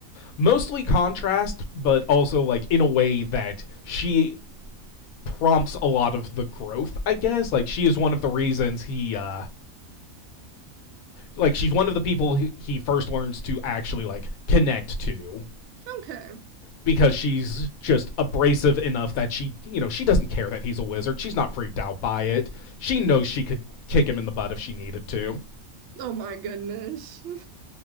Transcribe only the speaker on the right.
Okay.
Oh my goodness.